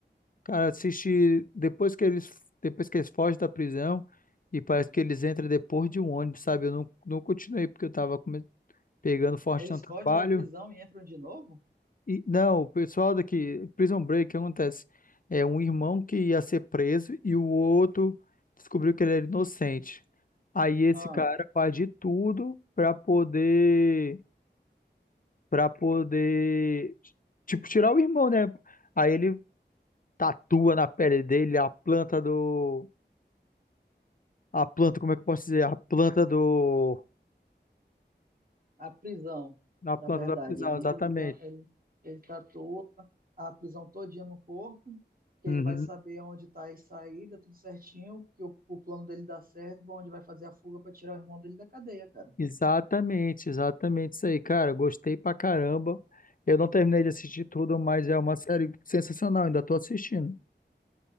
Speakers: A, on the left; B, on the right.
A: Cara, assisti depois que eles depois que eles fogem da prisão e parece que eles entram depois de um ônibus, sabe? Eu não, não continuei porque eu tava come- pegando forte
B: Eles
A: no trabalho.
B: fogem da prisão e entram de novo?
A: E não, o pessoal daqui, Prison Break, o que acontece? É um irmão que ia ser preso e o outro descobriu que ele era inocente. Aí esse
B: Ah,
A: cara faz de tudo pra poder para poder tipo tirar o irmão, né? Aí ele tatua na pele dele a planta do A planta, como é que eu posso dizer? A planta do.
B: a prisão,
A: Na planta
B: na verdade.
A: da prisão,
B: Ele,
A: exatamente.
B: ele, ta- ele, ele tatua a prisão todinha no corpo, que
A: Uhum.
B: ele vai saber onde está a saída, tudo certinho, que o, o plano dele dá certo, pra onde vai fazer a fuga para tirar o irmão dele da cadeia, cara.
A: Exatamente, exatamente isso aí, cara. Gostei pra caramba. Eu não terminei de assistir tudo, mas é uma série sensacional, ainda tô assistindo.